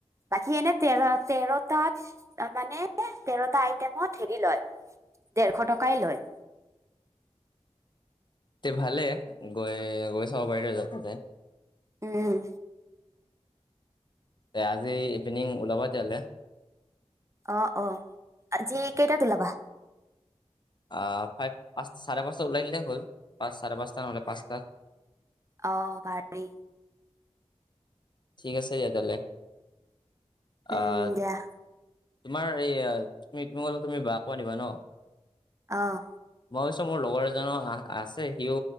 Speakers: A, on the right; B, on the left.
A: বাকী এনে তেৰ তেৰটাত মানে তেৰটা আইটেমত হেৰি লয়- দেৰশ টকাই লয়।
B: তে ভালে গৈ গৈ চাব পাৰিলোহেঁতেন তাতে।
A: উম,
B: তে আজি ইভিনিং ওলাব তেতিয়াহলে।
A: অ অ আজি কেইটাত ওলাবা?
B: অ ফাইভ পাঁচ চাৰে পাঁচটাত ওলাই দিলেই হ'ল পাঁচ চাৰে পাঁচটা নহ'লে পাঁচটাত।
A: অঁ পাৰি।
B: ঠিক আছে দিয়া তেহলে আহ।
A: উম, দিয়া
B: তোমাৰ এই তুমি তুমলে তুমি বাকো আনিবা ন।
A: অঁ,
B: মই ভাবিছো মোৰ লগৰ এজনো আহ আছে সিও